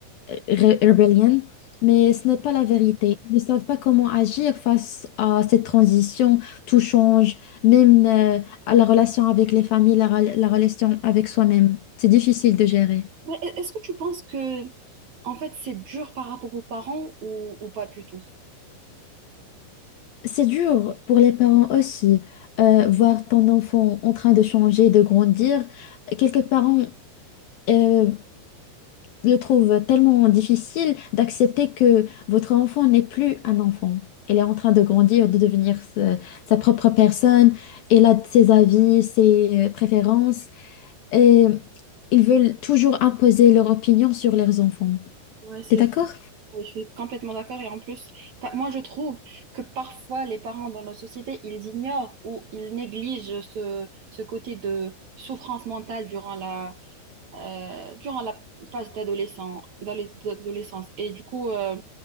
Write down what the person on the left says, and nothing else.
re- rebellion, mais ce n'est pas la vérité. Ils ne savent pas comment agir face à cette transition. Tout change, même euh, à la relation avec les familles, la, re- la relation avec soi-même. C'est difficile de gérer.
C'est dur pour les parents aussi, euh, voir ton enfant en train de changer, de grandir. Quelques parents euh, le trouve tellement difficile d'accepter que votre enfant n'est plus un enfant. Elle est en train de grandir, de devenir sa, sa propre personne. Elle a ses avis, ses euh, préférences. Et ils veulent toujours imposer leur opinion sur leurs enfants.
T'es d'accord?